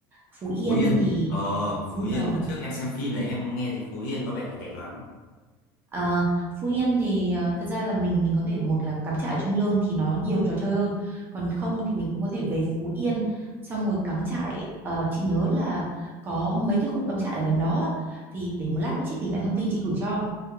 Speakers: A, on the right; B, on the left.
A: Phú Yên
B: Phú Yên
A: thì
B: ờ Phú
A: đúng
B: Yên
A: rồi
B: đợt trước em xem phim này em nghe thì Phú Yên có vẻ là đẹp lắm
A: Ờ, Phú Yên thì ờ, thật ra là mình mình có thể một là cắm trại ở Trung Lương thì nó nhiều trò chơi hơn còn
B: Ờ,
A: không thì mình cũng có thể về Phú Yên xong rồi cắm trại Ờ, chị nhớ là có mấy cái khu cắm trại ở gần đó á. thì để một lát nữa chị tìm lại thông tin chị gửi cho